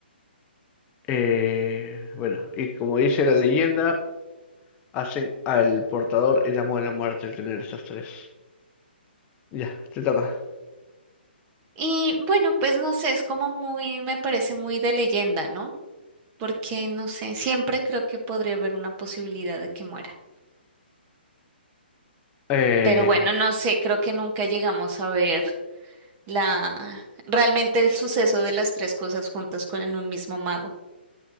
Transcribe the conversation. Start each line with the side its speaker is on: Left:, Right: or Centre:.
Left: Eh, bueno, y como dice la leyenda. Hacen al portador el amo de la muerte el tener esas tres. Ya, te toca.
Right: Y bueno, pues no sé, es como muy, me parece muy de leyenda, ¿no? Porque no sé, siempre creo que podría haber una posibilidad de que muera.
Left: Eh,
Right: Pero bueno, no sé, creo que nunca llegamos a ver la realmente el suceso de las tres cosas juntas con en un mismo mago.